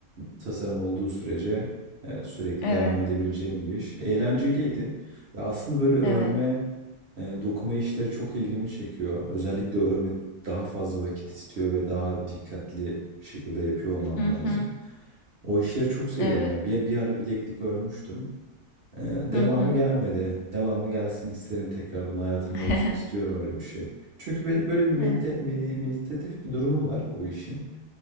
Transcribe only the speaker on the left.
evet,
evet.
Hı
hı.
Evet.
Hı
hı.
<laughs>
Evet.